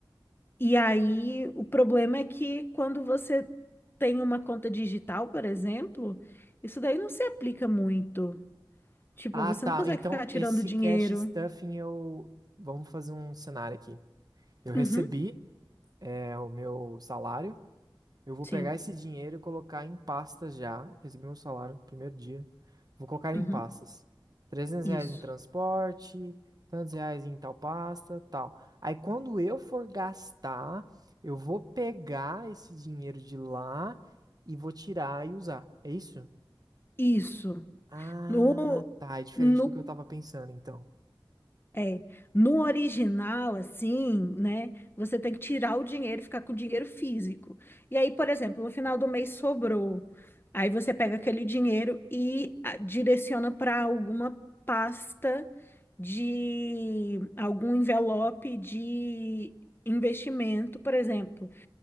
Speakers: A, on the left (about 25°); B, on the right (about 50°).
A: E aí, o problema é que quando você tem uma conta digital, por exemplo, isso daí não se aplica muito. Tipo,
B: Ah,
A: você
B: tá.
A: não consegue
B: Então,
A: ficar tirando
B: esse
A: dinheiro.
B: cash stuffing eu. Vamos fazer um cenário aqui. Eu recebi,
A: Uhum,
B: é, o meu salário. Eu vou
A: sim.
B: pegar esse dinheiro e colocar em pastas já. Recebi meu salário no primeiro dia. Vou colocar
A: Uhum,
B: em pastas. Trezentos
A: isso.
B: reais em transporte, tantos reais em tal pasta, tal. Aí quando eu for gastar, eu vou pegar esse dinheiro de lá e vou tirar e usar. É isso?
A: Isso.
B: Ah,
A: No,
B: tá. É diferente
A: no,
B: do que eu tava pensando, então.
A: é, no original, assim, né? Você tem que tirar o dinheiro e ficar com o dinheiro físico. E aí, por exemplo, no final do mês sobrou. Aí você pega aquele dinheiro e ah, direciona para alguma pasta de algum envelope de investimento, por exemplo.